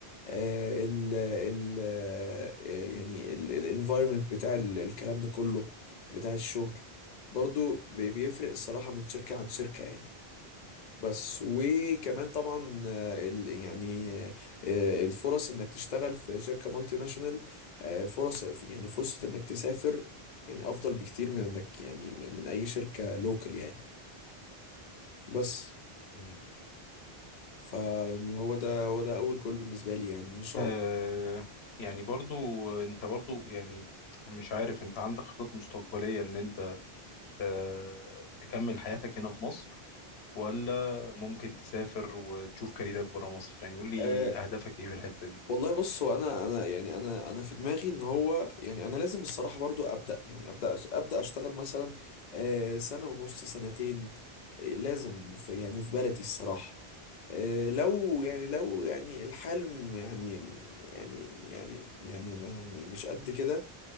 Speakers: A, on the left; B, on the left.
A: آه، ال ال آه، يعني الانفايرمنت بتاع ال- الكلام ده كله بتاع الشغل برضو بي- بيفرق الصراحة من شركة عن شركة يعني بس وكمان طبعا آه، ال- يعني آه، الفرص انك تشتغل في شركة مالتي ناشونال آه، فرص يعني فرصة انك تسافر يعني افضل بكتير من انك يعني من من اي شركة لوكال يعني بس
B: مم.
A: فيعني هو ده هو ده اول جول بالنسبة لي يعني ان شاء
B: آه،
A: الله
B: يعني برضو انت برضو يعني مش عارف انت عندك خطط مستقبلية ان انت آه، تكمل حياتك هنا في مصر ولا ممكن تسافر وتشوف كاريرك برا مصر يعني قول لي
A: آه.
B: اهدافك ايه في الحتة دي
A: والله بص هو انا انا يعني انا انا في دماغي ان هو يعني انا لازم الصراحه برضو ابدا يعني ابدا أش- ابدا اشتغل مثلا آه، سنه ونص سنتين آه، لازم في يعني في بلدي الصراحه آه، لو يعني لو يعني الحلم يعني يعني يعني يعني ما مش قد كده